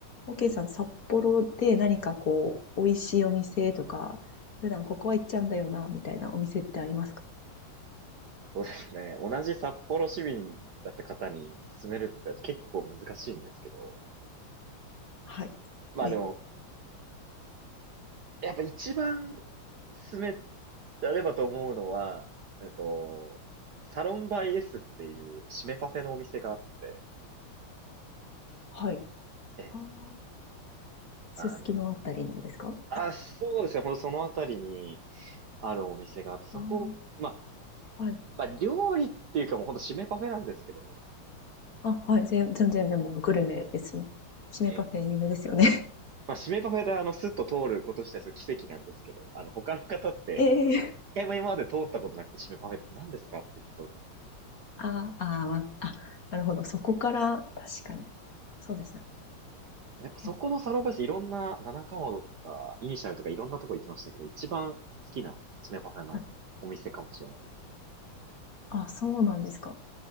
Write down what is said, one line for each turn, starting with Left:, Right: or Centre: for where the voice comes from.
Left: OK さん、札幌で何かこう、美味しいお店とか、普段ここは行っちゃうんだよな、みたいなお店ってありますか
Right: そうですね。同じ札幌市民だった方に勧めるって結構難しいんですけど。
Left: はい。
Right: まあでも、
Left: で、
Right: やっぱ一番勧められればと思うのは、えっと、サロンバイ S っていう締めパフェのお店があって、
Left: はい。
Right: ええ、
Left: ああ、すすきのあたりのですか
Right: あの、あ、そうですね。ほんとそのあたりにあるお店があって、そこ、
Left: あ
Right: まあ、
Left: あ、はい。
Right: まあ料理っていうかもうほんと締めパフェなんですけど、
Left: あ、はい。ぜ全然でもグルメですね。姫パフェ有名ですよね。
Right: ええ、まあ締めパフェであのスッと通ることしたら奇跡なんですけど、あの他の方って、
Left: <laughs> ええ
Right: 回も今まで通ったことなくて、締めパフェって何ですかっていうところから。
Left: ああ、あーまあ、なるほど。そこから、確かに。そうですね。
Right: やっぱそこのサロンパスいろんな七かまどとか、
Left: うん、
Right: イニシャルとかいろんなとこ行きましたけど、一番好きな締めパフェのお店かもしれないです。
Left: はい。あ、そうなんですか。